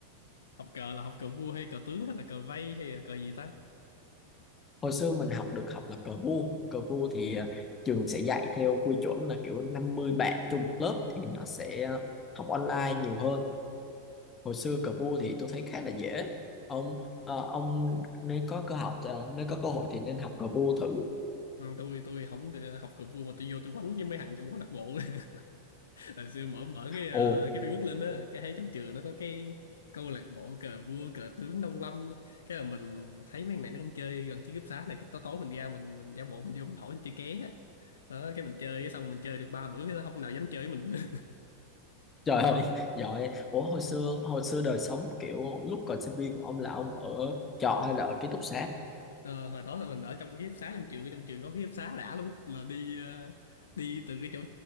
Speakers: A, on the left (about 65°); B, on the left (about 20°).
A: học cờ là học cờ vua hay cờ tướng hay là cờ vây hay là cờ gì ta
B: hồi xưa mình học được học là cờ vua cờ vua thì ờ, trường sẽ dạy theo quy chuẩn là kiểu 50 bạn chung một lớp thì nó sẽ ờ, học online nhiều hơn hồi xưa cờ vua thì tôi thấy khá là dễ ông ờ, ông nếu có cơ học ờ, nếu có cơ hội thì nên học cờ vua thử
A: ừ, tôi tôi không được học cờ vua mà tôi vô tôi quánh với mấy thằng trong câu lạc bộ <laughs> hồi xưa mở mở cái ờ,
B: ồ
A: cái Facebook lên á cái thấy trong trường nó có cái câu lạc bộ cờ vua cờ tướng nông lâm cái là mình thấy mấy thằng này nó không chơi gần chiếc cúp xá này cái tối tối mình ra mình mình giả bộ mình vô mình hỏi mình chơi ké á Đó, cái mình chơi xong mình chơi được ba bữa cái nó không nào dám chơi với mình <laughs>
B: trời ơi <laughs> giỏi ủa hồi xưa hồi xưa đời sống kiểu lúc còn sinh viên của ông là ông ở trọ hay là ở ký túc xá
A: Ờ, hồi đó là mình ở trong cái ký túc xá trong trường trong trường có ký túc xá đã lắm là đi ờ, đi từ cái chỗ